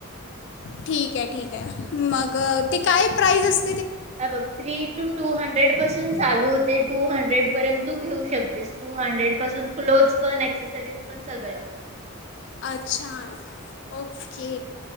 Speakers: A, on the left; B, on the right.
A: ठीक हाय. ठीक हाय, मग ती काय प्राईज अस
B: हे बघ थ्री टू टू हंड्रेड पासून चालू होते, टू हंड्रेड पर्यंत तू घेऊ शकतेस. टू हंड्रेड पासून क्लोथ पण एक्सेसरीज पण सगळं.
A: अच्छा, ओके